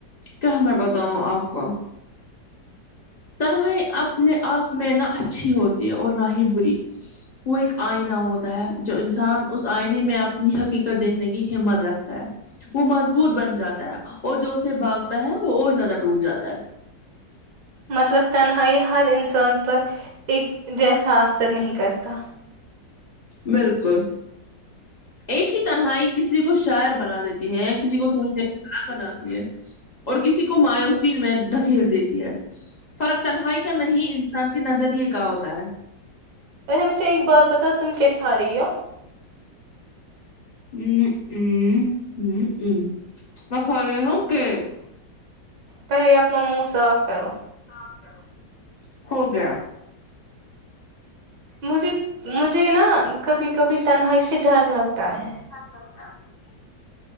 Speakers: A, on the left; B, on the right.
A: کیا میں بتاؤں آپ کو تنہائی اپنے آپ میں نہ اچھی ہوتی ہے اور نہ ہی بری وہ ایک آئینہ ہوتا ہے جو انسان اس آئینے میں اپنی حقیقت دیکھنے کی ہمت رکھتا ہے وہ مضبوط بن جاتا ہے اور جو اسے بھاگتا ہے وہ اور زیادہ ٹوٹ جاتا ہے
B: مطلب تنہائی ہر انسان پر ایک جیسا اثر نہیں کرتا
A: بالکل ایک ہی تنہائی کسی کو شاعر بنا دیتی ہے کسی کو سوچنے یاب بنا دیے اور کسی کو مایوسی میں دھکیل دیتی ہے فرق تنہائی کا نہیں انسان کے نظریے کا ہوتا ہے
B: ویسے مجھے ایک بات بتاؤ تم کیا کھا رہی ہو
A: ممم ممم ممم ممم میں کھا رہی ہوں کیک
B: پہلے یہ اپنا منہ صاف کرو
A: صاف کرو ہو گیا
B: مجھے مجھے نہ کبھی کبھی تنہائی سے ڈر لگتا ہے
A: لگتا ہے